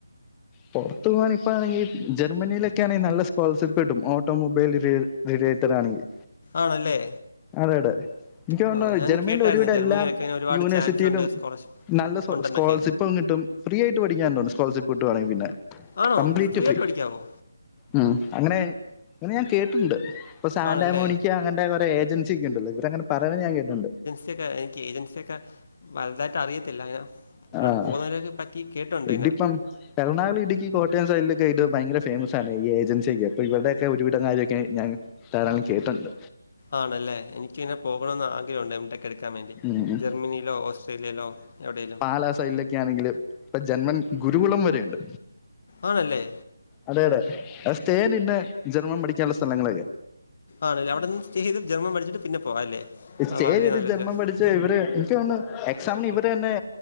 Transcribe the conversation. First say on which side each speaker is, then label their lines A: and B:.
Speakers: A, on the left; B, on the left.
A: പോറത്തു പോവാൻ ഇപ്പഴാണെങ്കി ജർമ്മനിയിലൊക്കെ ആണേൽ നല്ല സ്കോളർഷിപ്പ് കിട്ടും. ഓട്ടോമുബൈൽ <unintelligible> റേഡിയേറ്ററാണെങ്കി.
B: ആണല്ലേ.
A: അതെടെ. എനിക്ക് തോന്നുണു
B: ആ ഞാൻ
A: ജർമനിയിൽ
B: കേട്ടായിരുന്നു
A: ഒരുവിട
B: ജർമ്മനിയിലൊക്കെ
A: എല്ലാം
B: ഇങ്ങനെ ഒരുപാട്
A: യൂണിവേഴ്സിറ്റിയിലും
B: ചാൻസ് ഉണ്ട് സ്കോളർഷിപ്പ്
A: നല്ല സൊ
B: ഉണ്ടെന്നൊക്കെ
A: സ്കോളർഷിപ്പും കിട്ടും ഫ്രീ ആയിട്ട് പഠിക്കാൻണ്ട് തോൺണ് സ്കോളർഷിപ്പ് കിട്ടുവാണെങ്കി പിന്നെ.
B: ആണോ
A: കംപ്ലീറ്റ് ഫ്രീ.
B: ആയിട്ട് പഠിക്കാവോ
A: ഉം അങ്ങനെ അങ്ങനെ ഞാൻ കേട്ട്ണ്ട്. ഇപ്പ സാൻ്റാ
B: ആണല്ലേ
A: മോണിക്ക്യോ അങ്ങണ്ടെ കൊറെ ഏജൻസ്യൊക്കെണ്ടല്ലോ ഇവരങ്ങനെ പറയണ ഞാൻ കേട്ട്ണ്ട്.
B: ത്തെക്കെ എനിക്ക് ഏജൻസിയൊക്കെ വലുതായിട്ട് അറിയത്തില്ല ഞാൻ ഓരോട്
A: ആഹ്
B: പോകുന്നവരെയൊക്കെ പറ്റി കേട്ടുണ്ട്
A: ഇതിപ്പം
B: ഇന.
A: എറണാകുളം ഇടുക്കി കോട്ടയം സൈഡിലൊക്കെ ഇത് ഭയങ്കര ഫേമസ്സാണ്. ഈ ഏജൻസിയൊക്കെ. അപ്പിവര്ടെ ഒക്കെ ഒരുവിടം കാര്യമൊക്കെ ഞാൻ ധാരാളം കേട്ട്ണ്ട്.
B: ആണല്ലേ എനിക്കിങ്ങനെ പോകണമന്ന് ആഗ്രഹം ഉണ്ട് എം ഡെ ക്ക് എടുക്കാൻ വേണ്ടി
A: ഉം
B: ജർമ്മനിയിലോ ഓസ്ട്രേലിയയിലോ എവിടെലും
A: ഇങ്ങളാ <unintelligible> ണെങ്കിൽ ഇപ്പ ജന്മൻ ഗുരുകുളം വരെയുണ്ട്
B: ആണ് അല്ലേ
A: അതെയ അതെ സ്റ്റേൻന്നെ ജന്മം പഠിക്കാനുള്ള സ്ഥലങ്ങളൊക്കെ
B: ആണല്ല അവിടെന്ന് സ്റ്റേ ചെയ്ത് ജൻമം. പടിച്ച്ട്ട് പിന്നെ പോവാ അല്ലേ
A: സ്റ്റേജ്
B: അത് വളരെ
A: എടുത്ത്
B: നല്ലൊരു
A: ജർമ്മം പഠിച്ച ഇവര് എനിക്ക് തോന്നുന്നു എക്സാമന് ഇവരെ തന്നെ